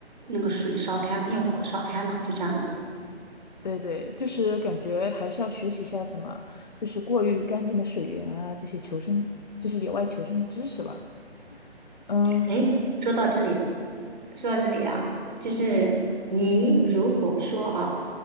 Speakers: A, on the right; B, on the left.
A: 那个水烧开嘛，用火烧开嘛，就这样子。
B: 对对，就是感觉还是要学习一下怎么就是过滤干净的水源啊，这些求生就是野外求生知识吧。嗯，
A: 诶，说到这里，说到这里啊，就是你如果说啊，